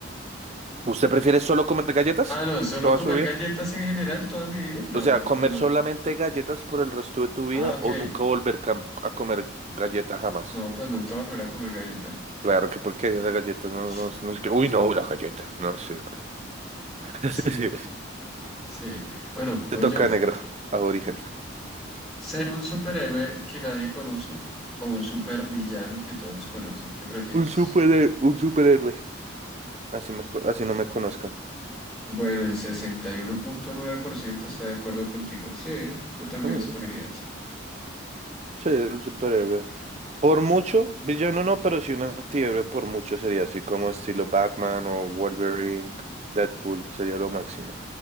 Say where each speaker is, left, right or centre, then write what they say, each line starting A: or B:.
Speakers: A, on the right; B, in the centre.
A: ¿Usted prefiere solo comer galletas
B: Ah, no, solo
A: toda
B: comer
A: su vida?
B: galletas en general toda mi vida. No,
A: O sea,
B: no,
A: comer
B: pues no.
A: solamente galletas por el resto de tu vida
B: Ah, ok.
A: o nunca volver cam- a comer galletas jamás.
B: No, pues nunca volveré a comer galleta.
A: Claro que porque la galleta no,
B: <laughs>
A: no, no es que... Uy, no, la galleta. No sé. <laughs>
B: Sí, no.
A: Sí,
B: Sí. Bueno, voy
A: Te toca
B: yo.
A: negro, aborigen.
B: ¿Ser un superhéroe que nadie conoce o un supervillano que todos conocen? ¿Qué prefieres?
A: Un super, un superhéroe. Así, me, co- así no me conozcan.
B: Bueno, el sesenta y uno punto nueve por ciento está de acuerdo contigo. Sí, yo también
A: Mm,
B: escogería eso.
A: sí, un superhéroe. Por mucho, villano no, pero sí un antihéroe por mucho sería así como estilo Batman o Wolverine, Deadpool, sería lo máximo.